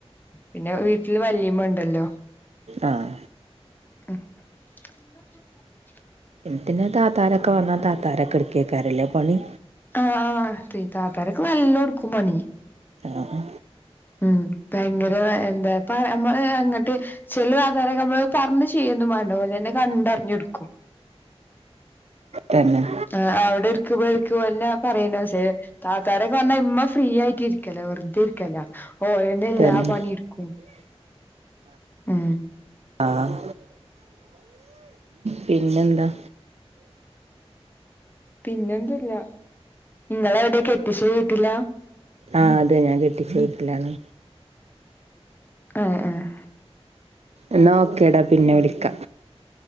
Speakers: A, on the left; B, on the right.
A: പിന്നെ വീട്ടിൽ വല്യമ്മ ഉണ്ടല്ലോ.
B: ആഹ്.
A: ഉം
B: പിന്നെ താത്താരൊക്കെ വന്നാൽ താത്താരൊക്കെ എടുക്കേക്കാരം ല്ലേ പണി
A: ആഹ് തി താത്തരക്ക് നല്ലോ എടുക്കും പണി.
B: ആഹ്
A: ഉം ഭയങ്കര എന്താ പ നമ്മ അങ്ങട്ട് ചെല താത്താരൊക്കെ നമ്മള് പറഞ്ഞ് ചെയ്യൊന്നും വേണ്ട ഓര് തന്നെ കണ്ടറിഞ്ഞ് എടുക്കും.
B: തന്നെ.
A: ആഹ് അവിടെ എടുക്കുമ്പോ എടുക്കുമോന്നെ പറയുന്ന ശേ താത്താരൊക്കെ വന്നാ ഇമ്മ ഫ്രീ ആയിട്ട് ഇരിക്കലേ വെറുതെ ഇരിക്കല ഓ എല്ലാ
B: തന്നെ
A: പണീം എടുക്കും ഉം.
B: ആഹ് പിന്നെന്താ?
A: പിന്നെന്തുല്ല നിങ്ങളിവിടെ കെട്ടിച്ച വീട്ടില?
B: ആഹ് അതെ ഞാൻ കെട്ടിച്ച വീട്ടിലാണ്.
A: അതെ ആഹ്.
B: എന്ന ഓക്കേ ഡാ പിന്നെ വിളിക്കാ.